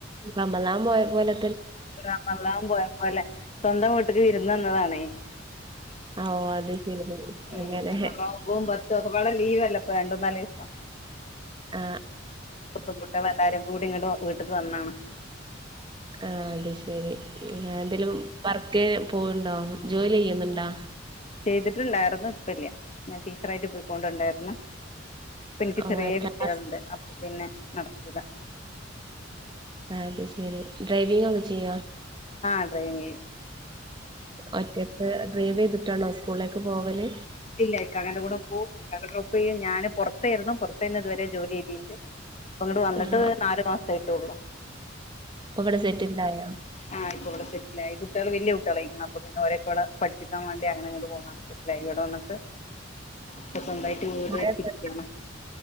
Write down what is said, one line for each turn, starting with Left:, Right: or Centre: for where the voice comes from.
Right: റമളാന് പോയപ്പോലെ
Left: റമളാന് പോയപ്പോലെ സ്വന്തം വീട്ട്ക്ക് വിരുന്നു വന്നതാണേ
Right: ആ, ഓ അത് ശരി
Left: ഉം
Right: അങ്ങനെ
Left: അപ്പോ ഒമ്പതും പത്തൊക്കപാടെ ലീവിലല്ലെ ഇപ്പൊ രണ്ടുന്നാല് ആ
Right: ആ
Left: ഇപ്പം പെൺകുട്ട്യാളെല്ലാരും കൂടി ഇങ്ങട്ട് വീട്ട്ക്ക് വന്നാണ്
Right: ആ അത് ശെരി ഉം എന്തേലും വ ർക്ക് പോവ്ണ്ടോ ജോലി ചെയ്യ്ന്ന്ണ്ടാ
Left: ചെയ്തിട്ട്ണ്ടാര്ന്നു ഇപ്പല്ലാ ഞാൻ ടീച്ചറായിട്ട് പോയിക്കോണ്ട് ഇണ്ടായിരുന്ന് ഇപ്പം ഇനിക്ക്
Right: ഓ
Left: ചെറിയ
Right: എത്ര
Left: കുട്ടികള്ണ്ട്
Right: ക്ലാസ്
Left: അപ്പം പിന്നെ നടക്കൂല്ലാ
Right: ആ അത് ശ ഡ്രൈവിങ്ങക്കെ ചെയ്യൊ
Left: ആഹ് ഡ്രൈവിങ് ചെയ്യും
Right: ഒറ്റക്ക് ഡ്രൈവ് ചെയ്തിട്ടാണോ സ്കൂളിലേക്ക് പോവല്
Left: ഇല്ല ഇക്കാകന്റെ കൂടെ പോവും കാക്ക ഡ്രോപ്പ് ചെയ്യും ഞാന് പൊറത്തെര്ന്നു പൊറത്തന്ന് ഇത് വേരെ ജോലി ചെയ്തിര്ന്നത് ഇപ്പം ഇങ്ങട് വന്നിട്ട്
Right: ആഹ്
Left: നാല് മാസായിട്ടേള്ളു
Right: അപ്പൊ ഇവിടെ സെറ്റിൽഡായോ
Left: ആ ഇപ്പൊ ഇവടെ സെറ്റിലായി കുട്ട്യാള് വല്ല്യാ കുട്ട്യാളായിക്ക്ണ് അപ്പം പിന്നെ ഓരെക്കേ ഇവടെ പഠിപ്പിക്കാൻ വാണ്ടി അങ്ങനെ ഇങ്ങട് പോന്നാണ് സെറ്റലായെ ഇവടെ വന്നി ട്ട് ഇപ്പം സ്വന്തായിട്ട് വീടായിട്ടിരിക്കാണ്
Right: മഴയൊക്കെ